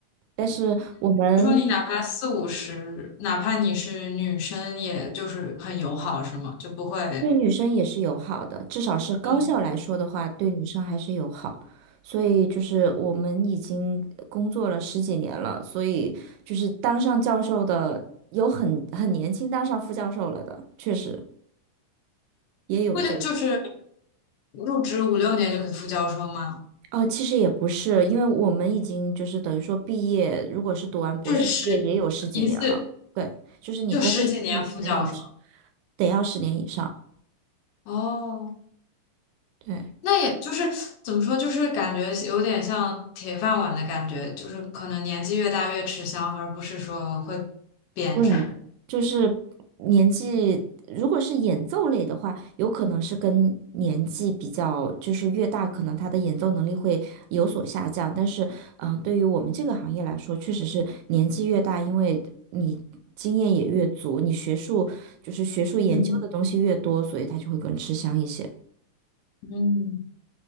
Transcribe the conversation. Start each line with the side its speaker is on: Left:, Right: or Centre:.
Right: 但是我们
Left: 比如说你哪怕四五十，哪怕你是女生，也就是很友好是吗？就不会
Right: 对女生也是友好的，至少是高校来说的话，
Left: 嗯，
Right: 对女生还是友好。所以就是我们已经工作了十几年了，所以就是当上教授的有很很年轻当上副教授了的，确实也有这
Left: 或者就是入职五六年就可以副教授吗？
Right: 啊、呃其实也不是，因为我们已经就是等于说毕业，如果是读完博士毕业也有十几年了，
Left: 是十一次
Right: 对，就是你工作经历可能有十，
Left: 就十几年副教授
Right: 得要十年以上，
Left: 哦，
Right: 对。
Left: 那也就是怎么说，就是感觉有点像铁饭碗的感觉，就是可能年纪越大越吃香，而不是说会贬值。
Right: 对，就是年纪，如果是演奏类的话，有可能是跟年纪比较，就是越大，可能他的演奏能力会有所下降。但是，嗯、呃对于我们这个行业来说，确实是年纪越大，因为你经验也越足，你学术就是学术研究的东西越多，
Left: 嗯
Right: 所以他就会更吃香一些。
Left: 嗯，